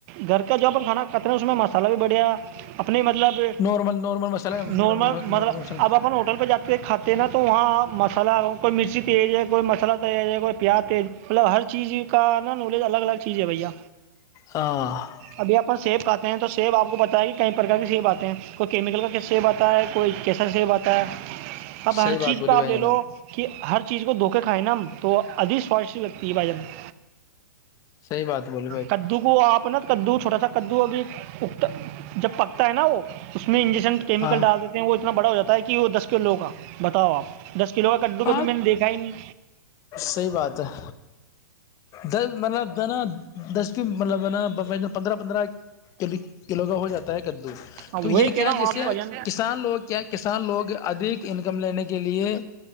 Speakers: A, on the right; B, on the left.
A: گھر کا جو اپ کھانا کھاتے نا اس میں مسالہ بھی بڑھیا اپنی مطلب
B: نارمل نارمل مسالہ
A: نارمل
B: نارمل
A: مطلب
B: مسالہ
A: اب اپ ہوٹل پہ جاتے کھاتے ہیں نا تو وہاں مسالہ <unintelligible> کوئی مرچی تیج ہے کوئی مساللہ تویز ہے جائے کوئی پیاز تی مطلب ہر چیز کا نا نالج الگ الگ چیز ہے بھیا
B: ہاں
A: ابھی اپن سیب کا تے ہیں تو سیب آپ کو پت ہے کہ کئی پرکار کے سیب آتے ہیں کوئی کیمیکل کا سیب آتا ہے کوئی کیسا سیب آتا ہے اب ہر
B: صحیح بات
A: چیز
B: بولی
A: کا
B: بھائی
A: آپ لے
B: جناب
A: لو کہ ہر اس چیز کو دھوکے کھائیں نا ہم تو ادھی سوادشٹی لگتی ہے بھائی ہمب
B: صحیح بات بول
A: کدو کو آپ نا کدو چھوٹا سا کدو ابھی اکتا جب پکتا ہے نا وہ اس میں انجیکشن کیمیکل
B: ہاں
A: ڈال دیتے ہیں وہ اتناڑا ہو جاتا ہے کہ وہ دس کلوگ کا بتاؤ آپ دس کلو کا کدو کبھی
B: آ
A: میں نے دیکھا ہی نہیں
B: صحی بات ہے د مطلب نا دس کی مطلب ہے نا پندرہ پندرہ ک کلو کا ہو جاتا ہے ہ
A: ہاں
B: تو
A: وہی
B: یہ کیا
A: کہہ رہا ہوں
B: جیسے
A: آپ سے بھائی جان
B: کسان لوگ کیا کسان لوگ ادھ انکم لینے کے ہے